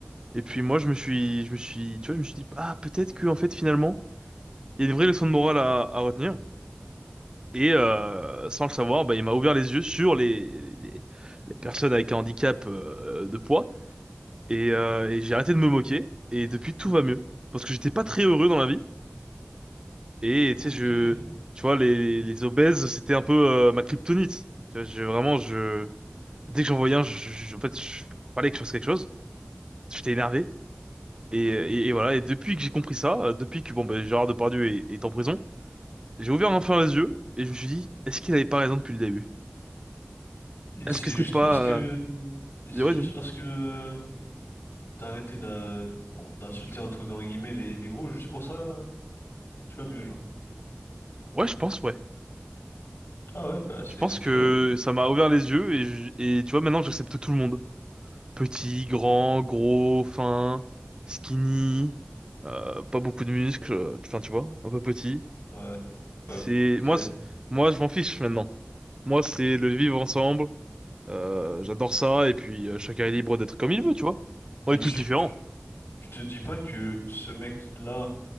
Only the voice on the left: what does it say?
ok.
Et
c'est
juste
parce que...
Et c'est
juste
parce que... T'as arrêté d'a- bon, d'insulter entre grands guillemets les, les gros, juste pour ça, tu vas mieux, genre.
Ah ouais, bah c'est
c'est
curieux.
Ouais.
Ouais, ok.
Mais
tu,
tu, tu te dis pas que ce mec-là,